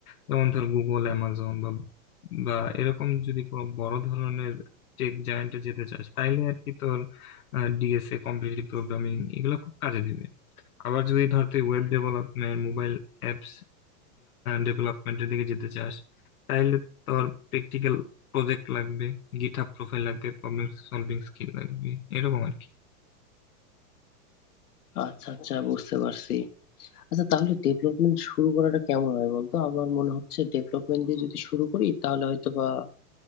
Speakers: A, on the left (about 70°); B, on the left (about 85°).
A: যেমন ধর গুগল অ্যামাজন বা বা এরকম যদি কোনো বড় ধরনের টেক জায়ান্টে যেতে চাস তাইলে আর কি তোর ডিএসএ কম্পিটিটিভ প্রোগ্রামিং এগুলো খুব কাজে দিবে আবার যদি ধর তুই ওয়েব ডেভেলপমেন্ট মোবাইল অ্যাপস ডেভেলপমেন্টের দিকে যেতে চাস তাইলে তোর প্র্যাকটিক্যাল প্রজেক্ট লাগবে গিটহাব প্রোফাইল লাগবে প্রবলেম সলভিং স্কিল লাগবে এরকম আর কি
B: আচ্ছা আচ্ছা বুঝতে পারছি আচ্ছা তাহলে ডেভেলপমেন্ট শুরু করাটা কেমন হয় বলতো আমার মনে হচ্ছে ডেভেলপমেন্ট দিয়ে যদি শুরু করি তাহলে হয়তো বা